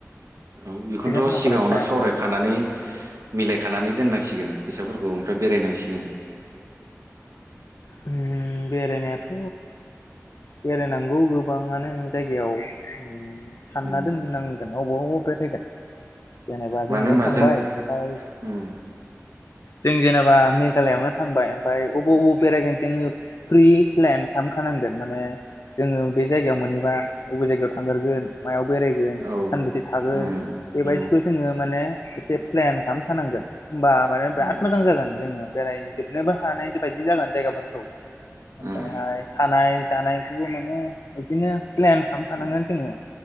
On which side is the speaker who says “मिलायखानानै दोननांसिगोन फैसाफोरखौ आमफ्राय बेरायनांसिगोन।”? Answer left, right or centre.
Right